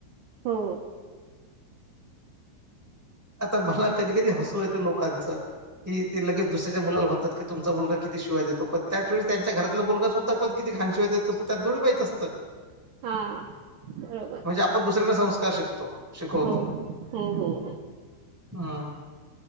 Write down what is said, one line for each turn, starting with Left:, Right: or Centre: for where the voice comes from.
Right: हो.
Centre: आता मला कधी कधी हसू येतं लोकांचं कि ते लगेच दुसऱ्याच्या मुलाला म्हणतात की तुमचा मुलगा किती शिव्हा देतो, पण त्याच वेळेस त्यांच्या घरातला मुलगा सुद्धा पण किती घण शिवाय देत त्यांना थोडी माहित असतं.
Right: हा बरोबर.
Centre: म्हणजे आपण दुसऱ्याना संस्कार शिकतो. शिकवतो
Right: हं हम हम हम.
Centre: हा.